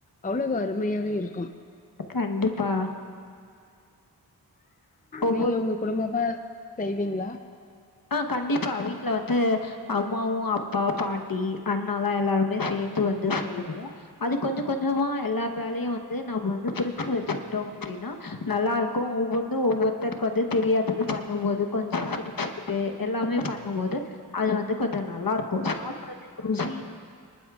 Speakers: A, on the left; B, on the left.
A: அவ்வுளவு அருமையாக இருக்கும்
B: கண்டிப்பா ஒவ்வொரு
A: நீங்க உங்க குடும்பமா செய்வீங்ளா
B: ஆ கண்டிப்பா வீட்ல வந்து அம்மாவு அப்பா பாட்டி அண்ணாலா எல்லாருமே சேந்து வந்து செய்வோ அது கொஞ்ச கொஞ்சமா எல்லா வேலையு வந்து நம்ம னு பிரிச்சு வச்சுக்டோ அப்டினா நல்லா இருக்கோ ஒவ்வொன்னு ஒவ்வொர்த்தர்க்கு வந்து தெரியாதது பண்ணும் மோது கொஞ்சோ சிரிச்சு கிட்டு எல்லாமே பண்ணும் போது அது வந்து கொஞ்சோ நல்லா இருக்கோ சாப்புறதுக்கு ருசி <inaudible>